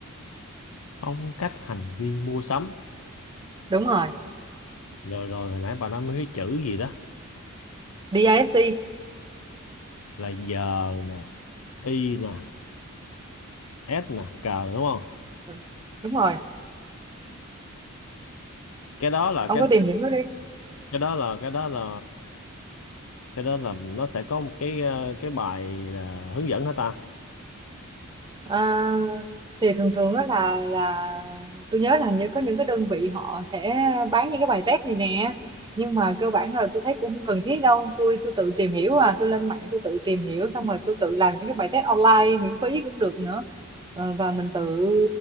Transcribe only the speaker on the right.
đúng rồi
đê I DISC
Ừ, đúng rồi
ông
có tìm hiểu nó đi
À, thì thường thường á là là tôi nhớ là hình như có những cái đơn vị họ sẽ bán những cái bài test này nè nhưng mà cơ bản là tôi thấy cũng không cần thiết đâu tôi tôi tự tìm hiểu à tôi lên mạng tôi tự tìm hiểu xong rồi tôi tự làm những cái bài test online miễn phí cũng được nữa Ờ, và mình tự